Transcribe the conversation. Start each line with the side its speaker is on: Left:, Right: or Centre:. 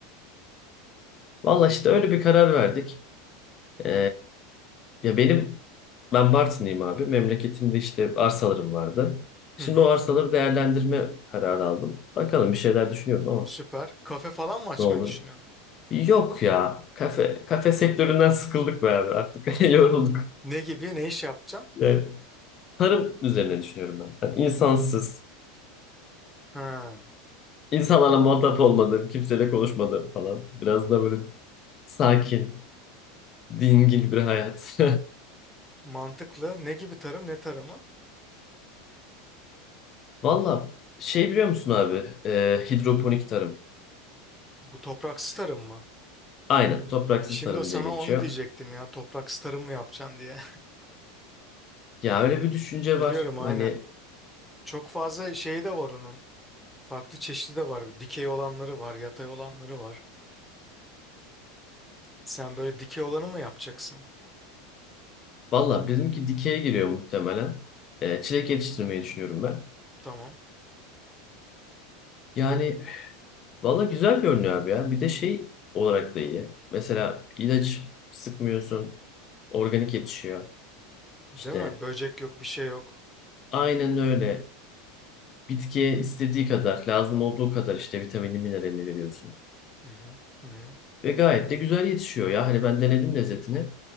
Left: Valla işte öyle bir karar verdik. Ee, ya benim ben Bartın'ıyım abi. Memleketimde işte arsalarım vardı. Şimdi
Centre: Hı hı.
Left: o arsaları değerlendirme kararı aldım. Bakalım bir şeyler düşünüyorum ama
Centre: Süper. Kafe falan mı açmayı
Left: ne olur.
Centre: düşünüyorsun?
Left: Yok ya. Kafe kafe sektöründen sıkıldık be abi. Artık <laughs> yorulduk.
Centre: Ne gibi, ne iş yapacaksın?
Left: Yani tarım üzerine düşünüyorum ben. Yani insansız,
Centre: Ha,
Left: insanlarla muhatap olmadım, kimseyle konuşmadım falan. Biraz da böyle sakin, dingin bir hayat.
Centre: mantıklı. Ne gibi tarım, ne tarımı?
Left: <laughs> Valla şey biliyor musun abi? Ee, hidroponik tarım.
Centre: Bu topraksız tarım mı?
Left: Aynen topraksız
Centre: Şimdi
Left: tarım
Centre: sana
Left: diye geçiyor.
Centre: onu diyecektim ya. Topraksız tarım mı yapacaksın diye.
Left: Ya öyle bir düşünce
Centre: Biliyorum
Left: var.
Centre: aynen.
Left: Hani
Centre: Çok fazla şeyi de var onun. Farklı çeşidi de var. Dikey olanları var, yatay olanları var. Sen böyle dikey olanı mı yapacaksın?
Left: valla bizimki dikeye giriyor muhtemelen. Ee, çilek yetiştirmeyi düşünüyorum ben.
Centre: Tamam.
Left: Yani valla güzel görünüyor abi ya. Bir de şey olarak da iyi. Mesela ilaç sıkmıyorsun. Organik yetişiyor.
Centre: Değil
Left: İşte
Centre: mi? Böcek yok, bir şey yok.
Left: aynen öyle. Bitkiye istediği kadar, lazım olduğu kadar işte vitamini, mineralini veriyorsun.
Centre: Hı hı. Hı hı.
Left: Ve gayet de güzel yetişiyor ya. Hani ben denedim lezzetini.